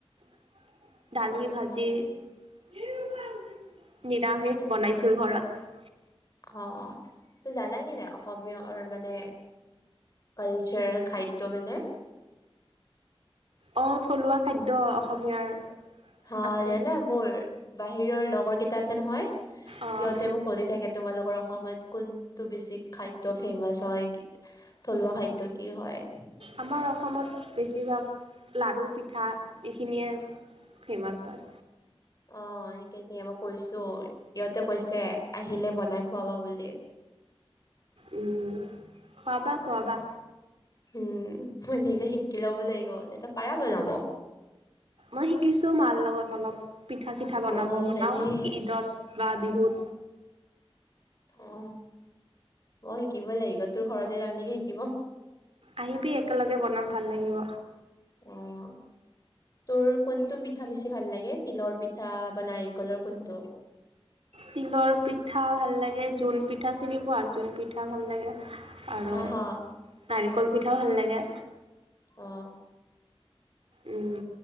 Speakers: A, on the right (about 70°); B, on the left (about 35°).
A: <inaudible> দালি,
B: অ
A: ভাজি।
B: আচ্ছা
A: এই <inaudible> নিৰামিষ
B: আচ্ছা আচ্ছা
A: বনাইছিল ঘৰত
B: অ ত জান কি নে অসমীয়ৰ মানে কালচাৰ খাদ্য মা <inaudible> <unintelligible>
A: অ থলুৱা খাদ্য অসমীয়াৰ
B: হা
A: আছে
B: জানে মোৰ বাহিৰৰ লগৰ কেইটা আছে নহয় সিহঁতে
A: অ',
B: মোক সুধি থাকে তোমালোকৰ অসমত কোন তো, বেছি খাদ্য ফেমাছ হয়। থলুৱা খাদ্য কি হয়
A: আমাৰ অসমত বেছিভাগ লাৰু, পিঠা এইখিনিয়ে ফেমাছ হয়।
B: অ সেইকাৰণে মই কৈছো ইহঁতে কৈছে আহিলে বনাই খুৱাবা বুলি।
A: উম, খোৱাবা খোৱাবা
B: উম, মই নিজে শিকি ল'ব লাগিব, তহঁতে পাৰা বনাব?
A: মই শিকিছো মাৰ লগত অলপ পিঠা চিঠা বনাব
B: অ
A: বনাও
B: ভালেই
A: ঈদত বা বিহুত
B: অ মই শিকিব লাগিব তোৰ ঘৰতে যাও নেকি শিকিব
A: আহিবি একেলগে বনাম ভাল লাগিব
B: অ'। তোৰ কোনটো পিঠা বেছি ভাল লাগে? তিলৰ পিঠা, বা নাৰিকলৰ কোনটো?
A: তিলৰ পিঠা ভাল লাগে, জোন পিঠা চিনি পোৱা? জোন পিঠা ভাল লাগে। আৰু
B: হা হা
A: তাৰিখ কল পিঠাও ভাল লাগে
B: অ।
A: উম